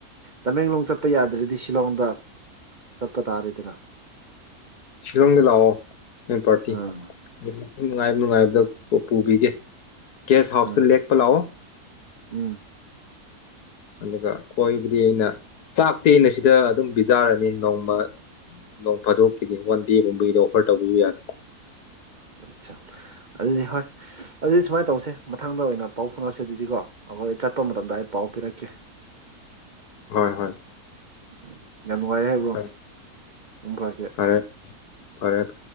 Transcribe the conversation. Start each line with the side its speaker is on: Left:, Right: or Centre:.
Right: ꯇꯃꯦꯡꯂꯣꯡ ꯆꯠꯄ ꯌꯥꯗ꯭ꯔꯗꯤ ꯁꯤꯂꯣꯡꯗ ꯆꯠꯄ ꯇꯥꯔꯦꯗꯅ
Left: ꯁꯤꯂꯣꯡꯗ ꯂꯥꯎꯑꯣ ꯅꫭꯏ ꯄꯥꯔꯇꯤ
Right: ꯑꯥ
Left: ꯅꯨꯡꯉꯥꯏꯕ ꯅꯨꯡꯉꯥꯏꯕꯗ ꯄꯨ ꯄꯨꯕꯤꯒꯦ ꯒꯦꯁ ꯍꯥꯥꯎꯁꯇ
Right: ꯑꯥ
Left: ꯂꯦꯛꯄ ꯂꯥꯑꯣ
Right: ꯎꯝ
Left: ꯑꯗꯨꯒ ꯀꯣꯏꯕꯗꯤ ꯑꯩꯅ ꯆꯥꯛꯇꯤ ꯑꯩꯅ ꯁꯤꯗ ꯑꯗꯨꯝ ꯄꯤꯖꯥꯔꯅꯤ ꯅꯣꯡꯃ ꯅꯣꯡ ꯐꯥꯗꯣꯛꯀꯤꯗꯤ ꯋꯥꯟ ꯗꯦꯒꯨꯝꯕꯒꯤꯗꯤ ꯑꯣꯐꯔ ꯇꯧꯕꯤꯕ ꯌꯥꯅꯤ
Right: ꯑꯠꯁꯥ ꯑꯗꯨꯗꯤ ꯍꯣꯏ ꯑꯗꯨꯗꯤ ꯁꯨꯃꯥꯏꯅ ꯇꯧꯁꯦ ꯃꯊꯪꯗ ꯑꯣꯏꯅ ꯄꯥꯎ ꯐꯥꯎꯅꯛꯁꯦ ꯑꯗꯨꯗꯤꯀꯣ ꯑꯩꯈꯣꯏ ꯆꯠꯄ ꯃꯇꯝꯗ ꯑꯩ ꯄꯥꯎ ꯄꯤꯔꯛꯀꯦ
Left: ꯍꯣꯏ ꯍꯣꯏ
Right: ꯎꯝ ꯌꯥꯝ ꯅꯨꯡꯉꯥꯏꯔꯦ ꯍꯥꯏꯕ꯭ꯔꯣ
Left: ꯍꯣꯏ
Right: ꯎꯝ <unintelligible> ꯐꯔꯁꯦ
Left: ꯐꯔꯦ ꯐꯔꯦ ꯐꯔꯦ